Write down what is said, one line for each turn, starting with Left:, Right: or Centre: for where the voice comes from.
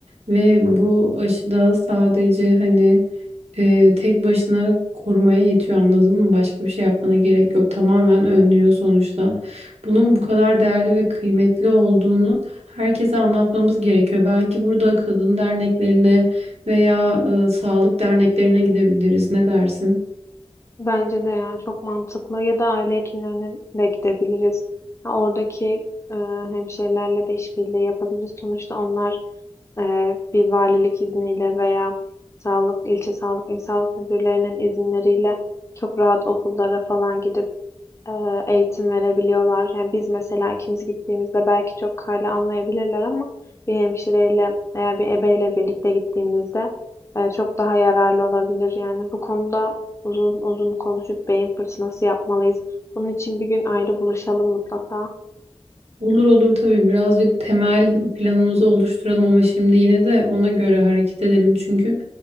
Right: Ve bu aşıda sadece hani e, tek başına korumaya yetiyor anladın mı? Başka bir şey yapmana gerek yok. Tamamen önlüyor sonuçta. Bunun bu kadar değerli ve kıymetli olduğunu herkese anlatmamız gerekiyor. Belki burada kadın derneklerine veya e, sağlık derneklerine gidebiliriz. Ne dersin?
Left: Bence de ya çok mantıklı. Ya da aile hekimlerine de gidebiliriz. Ha, Oradaki e, hemşirelerle de işbirliği yapabiliriz. Sonuçta onlar e, bir valilik izniyle veya sağlık ilçe sağlık il sağlık müdürlerinin izinleriyle çok rahat okullara falan gidip e, eğitim verebiliyorlar. Yani biz mesela ikimiz gittiğimizde belki çok hala anlayabilirler ama bir hemşireyle veya bir ebeyle birlikte gittiğimizde e, çok daha yararlı olabilir. Yani bu konuda uzun uzun konuşup beyin fırtınası yapmalıyız. Bunun için bir gün ayrı buluşalım mutlaka.
Right: Olur olur tabii birazcık temel planımızı oluşturalım ama şimdi yine de ona göre hareket edelim çünkü